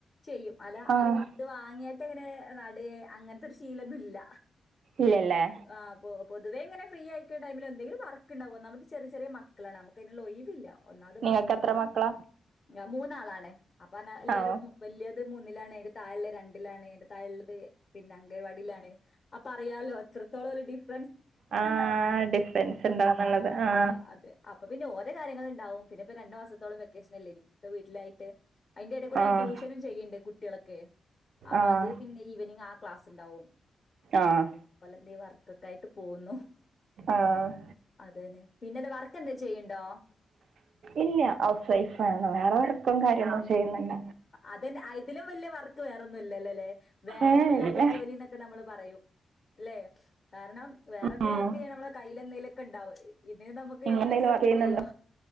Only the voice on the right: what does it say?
ആഹ്
ഇല്ലല്ലേ
നിങ്ങൾക്ക്
എത്ര
മക്കളാ
ആഹ്
ആഹ ഡിഫറൻസ് ഉണ്ടാന്നുള്ളത്
ആഹ
ആഹ്
ആഹ്
ആഹ്
ആഹ്
ഇല്ല ഹൗസ് വൈഫ് ആരുന്നു വേറെ വർക്കും കാര്യൊന്നും ചെയ്യുന്നില്ല
ഏ
ഇല്ല
ഉം.
നിങ്ങൾ
എന്തെങ്കിലും
വർക്ക് ചെയ്യുന്നുണ്ടോ